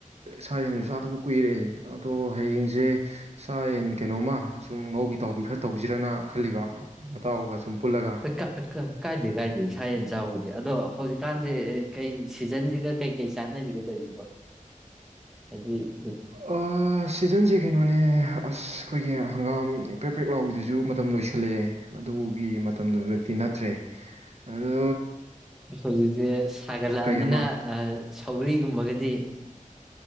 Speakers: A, on the right (about 50°); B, in the centre.
A: ꯁꯥ ꯌꯦꯟꯁꯨ ꯆꯥꯗꯕ ꯀꯨꯏꯔꯛꯑꯦ ꯑꯗꯣ ꯍꯌꯦꯡꯁꯦ ꯁꯥ ꯌꯦꯟ ꯀꯩꯅꯣꯝꯃ ꯁꯁꯨꯝ ꯉꯧꯕꯤ ꯇꯥꯎꯕꯤ ꯈꯔ ꯇꯧꯁꯤꯔꯅ ꯈꯜꯂꯤꯕ ꯃꯇꯥꯎꯒ ꯁꯨꯝ ꯄꯨꯜꯂꯒ
B: ꯍꯣꯏ ꯀꯥꯏꯗꯦ ꯀꯥꯏꯗꯦ ꯁꯥ ꯌꯦꯟ ꯆꯥꯎꯕꯗꯤ ꯑꯗꯣ ꯍꯧꯖꯤꯛꯀꯥꯟꯁꯦ ꯀꯩ ꯁꯤꯖꯟꯁꯤꯒ ꯀꯩꯀꯩ ꯆꯥꯟꯅꯔꯤꯒꯗꯧꯔꯤꯁꯤꯕꯣ ꯑꯗꯨꯗꯤ
A: ꯑ ꯁꯤꯖꯟꯁꯦ ꯀꯩꯅꯣꯅꯦ ꯑꯁ ꯑꯩꯈꯣꯏꯒꯤ ꯍꯪꯒꯥꯝ ꯄ꯭ꯔꯦꯛ ꯄ꯭ꯔꯦꯛ ꯂꯥꯎꯒꯤꯗꯨꯁꯨ ꯃꯇꯝ ꯂꯣꯏꯁꯤꯜꯂꯛꯑꯦ ꯑꯗꯨꯒꯤ ꯃꯇꯝꯗꯨꯃꯛꯇꯤ ꯅꯠꯇ꯭ꯔꯦ ꯑꯗꯨ
B: ꯍꯧꯖꯤꯛꯁꯦ ꯁꯒꯠꯂꯛꯑꯃꯤꯅ
A: ꯑꯃ
B: ꯑ ꯊꯧ꯭ꯔꯤꯒꯨꯝꯕꯒꯗꯤ